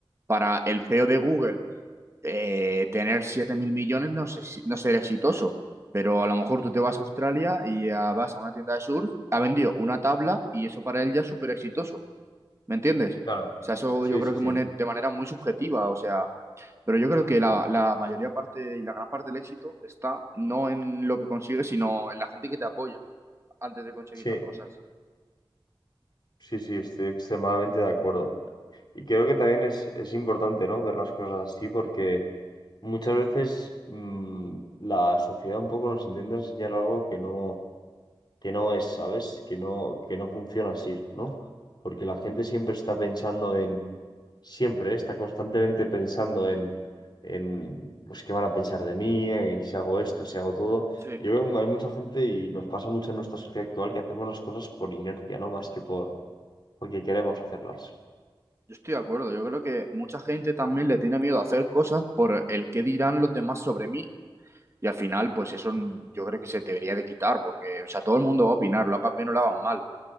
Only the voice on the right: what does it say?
para el CEO de Google eh, tener siete mil millones no sé si- no ser exitoso, pero a lo mejor tú te vas a Australia y ah, vas a una tienda de surf, ha vendido una tabla y eso para él ya es súper exitoso, ¿me entiendes?
O sea, eso
yo
creo que
mone- de manera muy subjetiva, o sea, pero yo creo que la, la mayoría parte y la gran parte del éxito está no en lo que consigues, sino en la gente que te apoya antes de conseguir
las cosas.
Sí.
Yo estoy de acuerdo, yo creo que mucha gente también le tiene miedo a hacer cosas por el qué dirán los demás sobre mí y al final pues eso mm,
yo creo que se debería de quitar porque o sea, todo el mundo va a opinar, lo hagas bien o lo hagas mal.